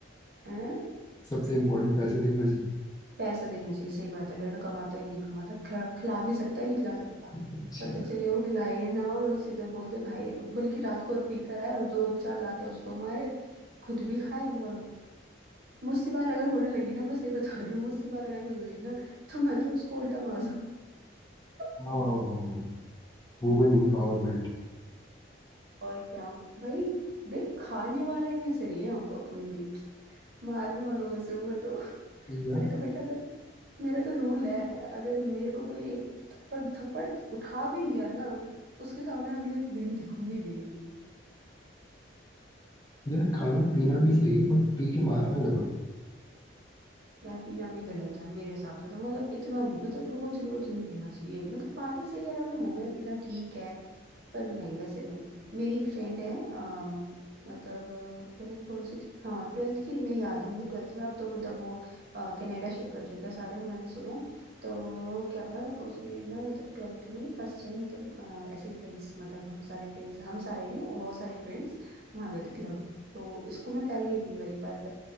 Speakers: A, on the right; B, on the left.
A: हैं?
B: सबसे इम्पोर्टेंट पैसे दिखना चाहिए।
A: पैसा देखना चाहिए सही बात है लड़का कमाता है या नहीं कमाता खिला, खिला भी सकता है नहीं खिला सकता
B: अच्छा
A: पता चले वो खिलाए ना और सीधा बोलते भाई बल्कि रात को और पी कर आए और दो चार लाते उसको मारे खुद भी खाए और मुझसे बाल अगर होने लगी ना मैं सही बता रही हूँ मुझसे बाल अगर कोई हुई ना तो मैं तो उसको उल्टा मार दूँ <laughs>
B: वाह वाह वाह वाह वुमेन एम्पावरमेंट
A: और क्या भाई देख खाने वाले में से नहीं है हम अपन भी मारने वालों में से हूँ मैं तो <laughs>
B: यार
A: मैंने कहा बेटा अगर मेरा तो रूल है अगर मेरे को कोई एक थप्पड़ थप्पड़ उठा भी लिया ना उसके सामने अगले दिन दिखूंगी भी नहीं
B: यार खाना पीना
A: मैं।
B: भी सही है बट पी के मारना गलत
A: यार पीना भी गलत है मेरे हिसाब से तो मतलब इतना नहीं मतलब रोज रोज नहीं पीना चाहिए मतलब पार्टीज वगैरह में हो गया पीना ठीक है पर नहीं वैसे नहीं मेरी एक फ्रेंड है अ, मतलब अ, पता नहीं कौन सी थी हाँ ट्वेल्थ की में याद है मुझे ट्वेल्थ में अब तो मतलब वो अ, कनाडा शिफ्ट हो चुके हैं सारे मैंने सुना है तो क्या था उसने ना मतलब ट्वेल्थ में फर्स्ट टाइम मतलब अ, ऐसे फ्रेंड्स मतलब हम सारे फ्रेंड्स हम सारे नहीं वो सारे फ्रेंड्स वहाँ गए थे क्लब तो स्कूल में फैल गई थी ये वाली बात